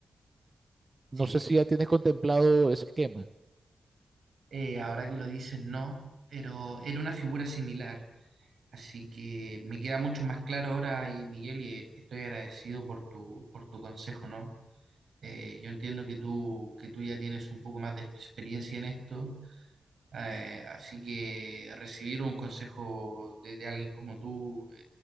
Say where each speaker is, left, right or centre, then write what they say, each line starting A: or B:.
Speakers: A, on the right; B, on the right.
A: Sí,
B: No sé si ya tienes contemplado ese esquema.
A: Eh, ahora que lo dices, no, pero era una figura similar. Así que me queda mucho más claro ahora, y Miguel, y estoy agradecido por tu, por tu consejo, ¿no? Eh, yo entiendo que tú, que tú ya tienes un poco más de experiencia en esto, eh, así que recibir un consejo de, de alguien como tú eh,